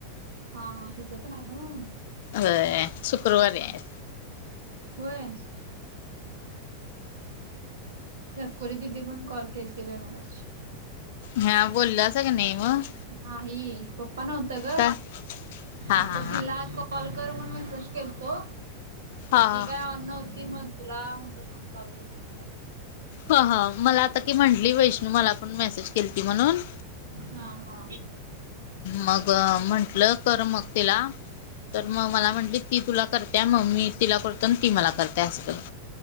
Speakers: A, on the right (about 65°); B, on the left (about 50°).
A: हा हा तिचं पण आहे नव्ह
B: होय शुक्रवारी आहे.
A: होय? छकुली दीदी पण कॉल केलंती बाय मगाशी.
B: हा बोललास की नाही मग?
A: नाही पप्पा नव्हत ग
B: का हा
A: आता
B: हा
A: तिला कॉल कर म्हणुन मॅसेज केलतो
B: हा
A: ती
B: हा
A: काय ऑन नव्हती मग तुला म्हणलं थांब कॉल करतो तुलाच.
B: ह ह मला आता की म्हंटली वैष्णू मला पण मेसेज केलीती म्हणून.
A: हा हा
B: मग म्हंटलं कर मग तिला तर मग मला म्हटली ती तुला करतेय मग् मी तिला करतो ती मला करते असं क